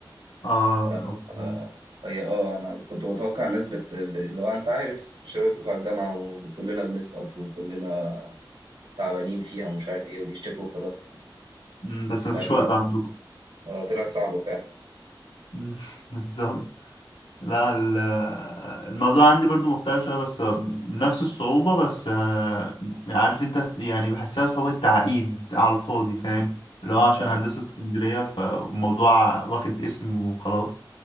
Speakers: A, on the left (about 85°); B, on the right (about 75°).
A: اه
B: ف...
A: اوكي
B: آه، هي اه أنا كنت متوقع الناس بت... ب- اللي هو أنت عارف الشباب بتوع الجامعة وكلنا بنسقط وكلنا تعبانين فيها ومش عارف إيه وبيشتكوا وخلاص
A: مم،
B: بس
A: بس مفيش
B: لا طلع...
A: وقت عندكم
B: آه، طلعت صعبة فعلا
A: مم، <laughs> بالظبط لا ال- الموضوع عندي برضو مختلف شوية بس نفس الصعوبة بس آه، عارف انت س- يعني بحسها صعوبة تعقيد على الفاضي فاهم اللي هو عشان
B: اه
A: هندسة اسكندرية فالموضوع واخد اسم وخلاص